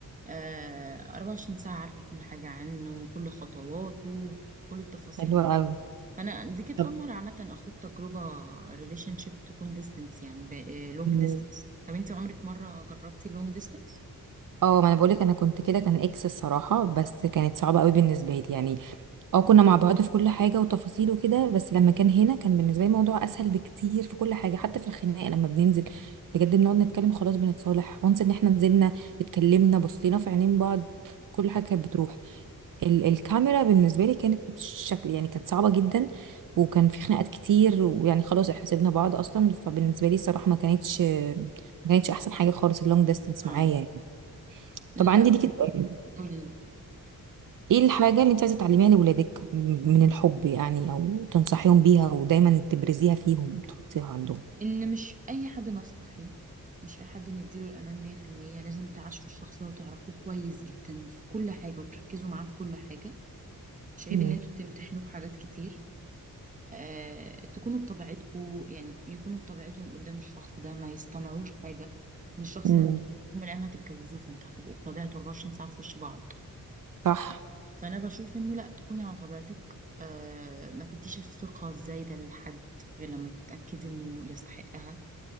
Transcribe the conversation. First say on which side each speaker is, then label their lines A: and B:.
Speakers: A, on the right; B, on the right.
A: آه 24 ساعة عارفة كل حاجة عنه كل خطواته كل التفاصيل
B: حلوه
A: دي
B: قوي
A: فأنا دي كانت
B: طب
A: أول مرة عامة أخوض تجربة ريليشن شيب تكون ديستنس يعني لونج
B: أمم.
A: ديستنس طب أنت عمرك مرة جربتي لونج ديستنس؟
B: اه ما انا بقولك انا كنت كده كان اكس الصراحه بس كانت صعبه قوي بالنسبه لي يعني اه كنا مع بعض في كل حاجة وتفاصيل وكده بس لما كان هنا كان بالنسبة لي الموضوع أسهل بكتير في كل حاجة حتى في الخناقة لما بننزل بجد بنقعد نتكلم خلاص بنتصالح وانس ان احنا نزلنا اتكلمنا بصينا في عينين بعض كل حاجة كانت بتروح ال الكاميرا بالنسبة لي كانت شكل يعني كانت صعبة جدا وكان في خناقات كتير ويعني خلاص احنا سيبنا بعض أصلا فبالنسبة لي الصراحة ما كانتش ما كانتش أحسن حاجة خالص اللونج ديستانس
A: اه
B: معايا يعني
A: لا
B: طبعا عندي ليكي سؤال
A: قولي
B: ايه الحاجة اللي انت عايزة تعلميها لولادك م- من الحب يعني او تنصحيهم بيها ودايما تبرزيها فيهم تحطيها عندهم
A: ان مش اي حد نثق فيه مش اي حد نديله الامان 100% لازم تعاشروا الشخص ده وتعرفوه كويس جدا في كل حاجه وتركزوا معاه في كل حاجه مش عيب
B: مم.
A: ان انتوا تمتحنوا في حاجات كتير آه، تكونوا بطبيعتكم يعني يكونوا بطبيعتهم قدام الشخص ده ما يصطنعوش حاجه ان الشخص
B: مم.
A: ده انتوا يوم من الايام هتتجوزوه فانتوا هتبقوا بطبيعته 24 ساعه في وش بعض
B: صح
A: فانا بشوف انه لا تكوني على طبيعتك آه، ما تديش الثقه الزايده لحد غير لما تتاكدي انه يستحقها